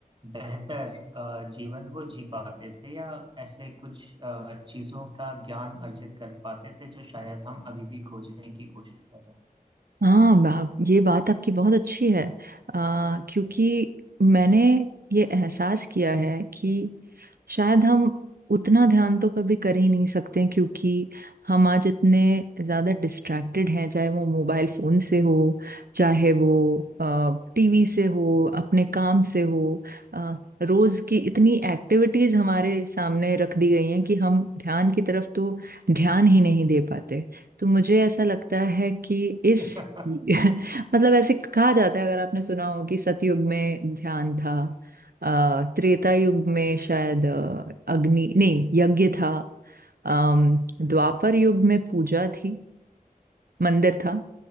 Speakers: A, on the right; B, on the right.
A: बेहतर अ, जीवन वो जी पाते थे या ऐसे कुछ अ, चीजों का ज्ञान अर्जित कर पाते थे जो शायद हम अभी भी खोजने की कोशिश कर रहे
B: हाँ बा- ये बात आपकी बहुत अच्छी है आ, क्योंकि मैंने ये एहसास किया है कि शायद हम उतना ध्यान तो कभी कर ही नहीं सकते क्योंकि हम आज इतने ज़्यादा डिस्ट्रैक्टेड हैं चाहे वो मोबाइल फ़ोन से हो चाहे वो टीवी से हो अपने काम से हो आ, रोज़ की इतनी एक्टिविटीज़ हमारे सामने रख दी गई हैं कि हम ध्यान की तरफ तो ध्यान ही नहीं दे पाते तो मुझे ऐसा लगता है कि इस
A: हैं
B: <laughs> मतलब ऐसे कहा जाता है अगर आपने सुना हो कि सतयुग में ध्यान था अ, त्रेता युग में शायद अ, अग्नि नहीं यज्ञ था अम, द्वापर युग में पूजा थी मंदिर था